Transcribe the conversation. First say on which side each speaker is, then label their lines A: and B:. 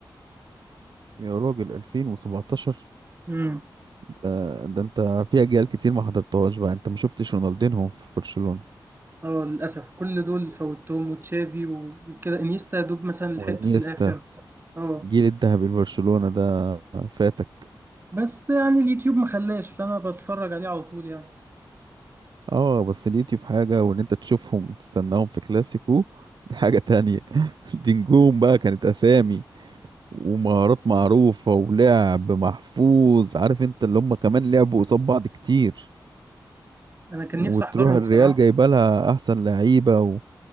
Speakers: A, on the right; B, on the right.
A: يا راجل 2017
B: امم
A: ده, ده انت في اجيال كتير ما حضرتهاش بقى انت ما شفتش رونالدينهو في برشلونة
B: اه للأسف كل دول فوتهم وتشافي و- وكده انيستا يا دوب مثلا لحقته
A: وانيستا
B: في الآخر اه
A: جيل الذهبي لبرشلونة ده فاتك
B: بس يعني اليوتيوب ما خلاش فأنا بتفرج عليه على طول يعني
A: اه بس ليتي في حاجة وان انت تشوفهم وتستناهم في كلاسيكو دي حاجة تانية <laughs> دي نجوم بقى كانت اسامي ومهارات معروفة ولعب محفوظ عارف انت اللي هم كمان لعبوا قصاد بعض كتير
B: أنا كان
A: وتروح
B: نفسي أحضرهم
A: الريال
B: بصراحة
A: جايبه لها احسن لعيبة و...